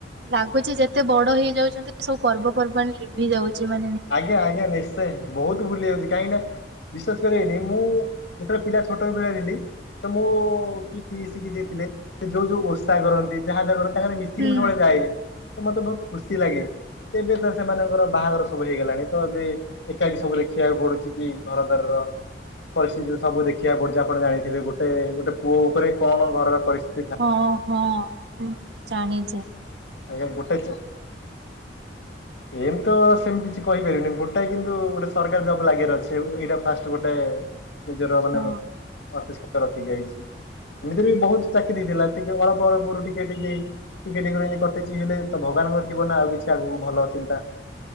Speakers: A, on the right; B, on the left.
A: ଲାଗୁଛି ଯେତେ ବଡ ହେଇଯାଉଛନ୍ତି ସବୁ ପର୍ବପର୍ବାଣି ଲି ଭି ଯାଉଛି ମା
B: ଆଜ୍ଞା ଆଜ୍ଞା ନିଶ୍ଚୟେ ବହୁତ ବୁଲି ଯାଉଛି କାହିଁକି ନା। ବିଶ୍ୱାସ କରିବେନି ମୁଁ ଯେତେବେଳେ ପିଲା ଛୋଟ ପିଲା ଥିଲି। ତ ମୁଁ କି ପିଇସିକି ଦେଖିଲେ ସେ ଯୋଉ ଯୋଉ ଓଷା କରନ୍ତି। ଯାହା ଜାଗର ତାଙ୍କ ସାଥେ ମିଶିକି
A: ହୁଁ।
B: ମୁଁ ସବୁବେଳେ ଯାଏ। ତ ମତେ ବହୁତ ଖୁସି ଲାଗେ ଏବେ ତ ସେମାନଙ୍କର ବାହାଘର। ସବୁ ହେଇଗଲାଣି ତ ଏବେ ଏକାକି ସବୁ ଲେଖିବାକୁ ପଡୁଛି କି ଘର ଦ୍ୱାର ର। ପରିସ୍ଥିତି ସବୁ ଦେଖିବାକୁ ପଡୁଛି ଆପଣ ଜାଣିଥିବେ ଗୋଟେ ଗୋଟେ ପୁଅ ଉପରେ କଣ ଘରର ପରିସ୍ଥି
A: ହଁ ହଁ ମୁଁ ଜାଣିଛେ।
B: ଆଜ୍ଞା ଗୋଟେ ଚେ ଏମିତ ସେମିତି କିଛି କହିପାରିବନି ଗୋଟା କିନ୍ତୁ ଗୋଟେ ସରକାରୀ ଜବ ଲାଗିର ଅଛି। ଏଇଟା ଫାଷ୍ଟ ଗୋଟେ ନିଜର ମାନେ
A: ହଁ
B: <unintelligible> ଅତିଷ୍କ ରଖି ଯାଇଛି। ଏମିତିରେ ବି ବହୁତ ଚାକିରି ଦେଇଥିଲା ଟିକେ ଅଳ୍ପ ଅଳରୁ ଟିକେ ଟିକେ ଟିକେ ଟିକେ <unintelligible> ହେଲେ ତ ଭଗବାନଙ୍କ ଥିବ ନା ଆଉ କିଛି ଆଗକୁ ଭଲ ଚିନ୍ତା।